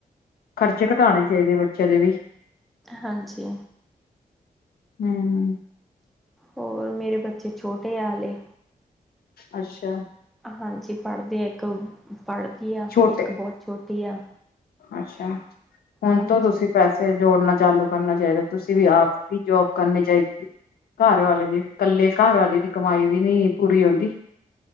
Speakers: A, on the left; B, in the centre.
A: ਖਰਚੇ ਘਟਾਉਣੇ ਚਾਹੀਦੇ ਬੱਚੇ। ਕਦੇ ਵੀ
B: ਹਾਂਜੀ।
A: ਹਮ।
B: ਹੋਰ ਮੇਰੇ ਬੱਚੇ ਛੋਟੇ ਆਲੇ ।
A: ਅੱਛਾ।
B: ਹਾਂਜੀ ਪੜ੍ਹਦੇ ਆ ਇੱਕ ਪੜ੍ਹਦੀ ਆ
A: ਛੋਟੇ
B: ਇੱਕ ਬਹੁਤ ਛੋਟੀ ਆ
A: ਅੱਛਾ। ਹੁਣ
B: ਹਾਂਜੀ।
A: ਤੋਂ ਤੁਸੀਂ ਪੈਸੇ ਜੋੜਨਾ ਚਾਲੂ ਕਰਨਾ ਚਾਹੀਦਾ ਤੁਸੀਂ ਵੀ ਆਪ ਵੀ ਜੋਬ ਕਰਨੀ ਚਾਹੀਦੀ ਘਰ ਵਾਲੇ ਦੀ ਕੱਲੇ ਘਰ ਵਾਲੇ ਦੀ ਕਮਾਈ ਵੀ ਨੀ ਪੂਰੀ ਆਉਂਦੀ